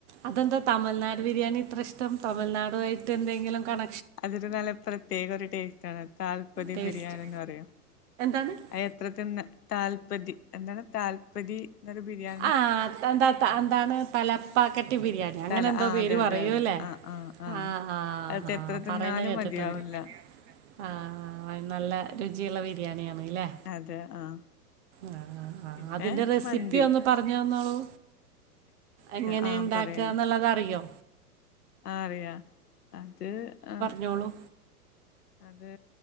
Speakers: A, on the right (about 50°); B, on the left (about 80°).
A: അതെന്താ തമിൾനാട് ബിരിയാണി ഇത്രഷ്റ്റം തമിൾനാടുവായിട്ടെന്തെങ്കിലും കണ
B: അതൊരു നല്ല പ്രത്യേകൊരു ടേസ്റ്റാണ് താല്പരി
A: ടേസ്റ്റ്
B: ബിരിയാണിന്ന് പറയും.
A: <unintelligible>
B: അ എത്രത്തിന്നെ താൽപതി എന്താണ് താൽപതി ന്നലെ ബിരിയാ
A: ആഹ് അതന്താ ന്താണ്, തലപ്പാക്കറ്റ് ബിരിയാണി. അങ്ങനെന്തോ
B: തല ആഹ്
A: പേര്
B: അതെ അതെ
A: പറയൂലേ!
B: അതെ ആഹ് ആഹ് ആഹ്
A: ആ ആഹ്
B: അത്
A: ഹാ
B: എത്ര
A: പറയുന്ന
B: തിന്നാലും
A: കേട്ടിട്ടുണ്ട്.
B: മതിയാവില്ല
A: ആഹ് നല്ല രുചിയുള്ള ബിരിയാണിയാണ്ല്ലേ!
B: അതെ ആഹ്
A: ആഹ് ആഹ് ആഹ്
B: പിന്നെ
A: അതിന്റെ റെസി
B: മന്തി
A: പറഞ്ഞന്നോളു, എങ്ങനെ
B: ആഹ്
A: ഉണ്ടാക്കാന്നുള്ളതറിയോ?
B: പറയാ ആഹ് അറിയാം, അത് ആഹ്-
A: പറഞ്ഞോളൂ!
B: അത്,